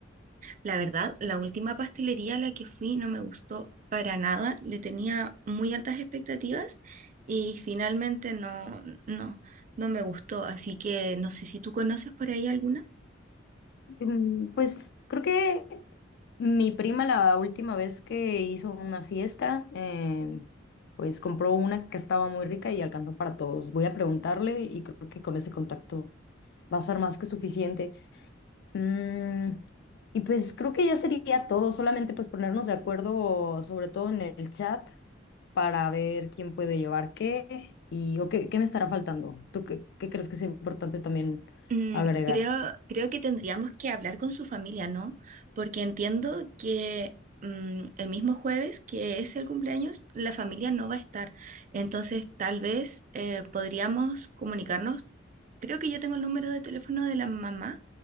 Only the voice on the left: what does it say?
Mm, Pues creo que mi prima la última vez que hizo una fiesta, em, pues compró una que estaba muy rica y alcanzó para todos. Voy a preguntarle y creo que con ese contacto va a ser más que suficiente. Mm, y pues creo que ya sería todo, solamente pues ponernos de acuerdo, sobre todo en el chat, para ver quién puede llevar qué y o qué, qué me estará faltando. ¿Tú qué, qué crees que es importante también
agregar?